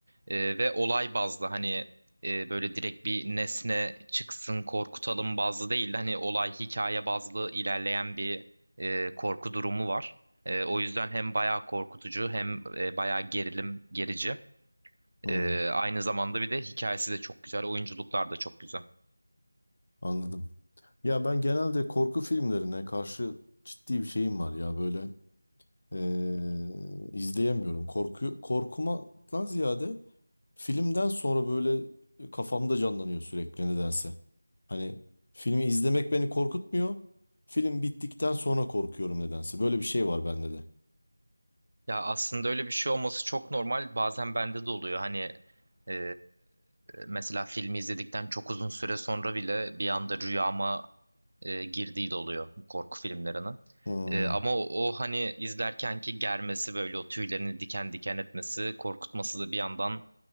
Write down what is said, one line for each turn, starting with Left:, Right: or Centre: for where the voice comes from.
Right: Ee, ve olay bazlı hani e, böyle direkt bir nesne çıksın korkutalım bazlı değil hani olay hikaye bazlı ilerleyen bir e, korku durumu var. E, o yüzden hem bayağı korkutucu hem e, bayağı gerilim gerici.
Left: Hmm,
Right: E, aynı zamanda bir de hikayesi de çok güzel, oyunculuklar da çok güzel.
Left: anladım. Ya ben genelde korku filmlerine karşı ciddi bir şeyim var ya böyle eee, izleyemiyorum. Korku korkumadan ziyade filmden sonra böyle kafamda canlanıyor sürekli nedense. Hani filmi izlemek beni korkutmuyor. Film bittikten sonra korkuyorum nedense. Böyle bir şey var bende de.
Right: Ya aslında öyle bir şey olması çok normal. Bazen bende de oluyor. Hani e, mesela filmi izledikten çok uzun süre sonra bile bir anda rüyama e, girdiği de oluyor bu korku filmlerinin.
Left: Hmm,
Right: E, ama o, o hani izlerkenki germesi böyle o tüylerini diken diken etmesi, korkutması da bir yandan